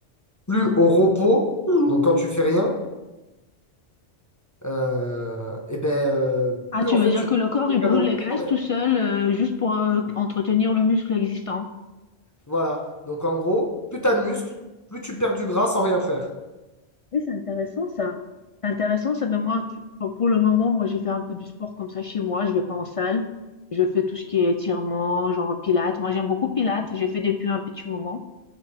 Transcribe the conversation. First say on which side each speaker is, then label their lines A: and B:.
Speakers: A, on the left; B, on the left.
A: plus au repos, donc quand tu fais rien, euh, eh ben, euh,
B: Ah,
A: plus
B: tu
A: en
B: veux
A: fait,
B: dire
A: tu
B: que
A: perds
B: le corps,
A: des
B: il brûle
A: calories
B: les graisses
A: sans rien.
B: tout seul, euh, juste pour euh, entretenir le muscle existant.
A: Voilà. Donc, en gros, plus tu as de muscles, plus tu perds du gras sans rien faire.
B: Oui, c'est intéressant ça. C'est intéressant, ça fait moi, tu- pour pour le moment, moi, j'ai fait un peu du sport comme ça chez moi. Je vais pas en salle. Je fais tout ce qui est étirement, genre pilates. Moi, j'aime beaucoup pilates. J'ai fait depuis un petit moment.